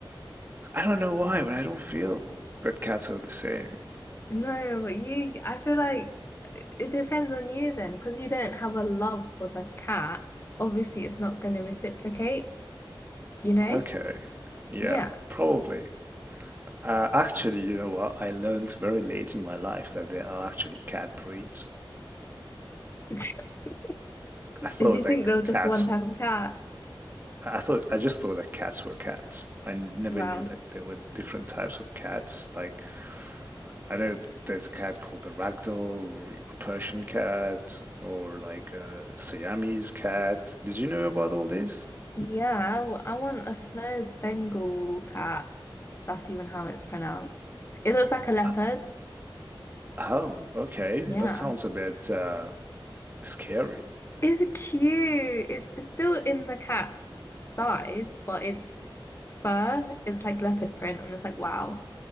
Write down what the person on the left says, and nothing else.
No, but you, I feel like it depends on you then, because you don't have a love for the cat. Obviously, it's not going to reciprocate, you know?
Yeah.
<laughs>
Did you
think there was just
one type of cat?
Wow.
Yeah, I, w- I want a snow Bengal cat. That's even how it's pronounced. It looks like a leopard.
Yeah.
It's cute. It's it's still in the cat size, but it's fur. It's like leopard print, and it's like, wow,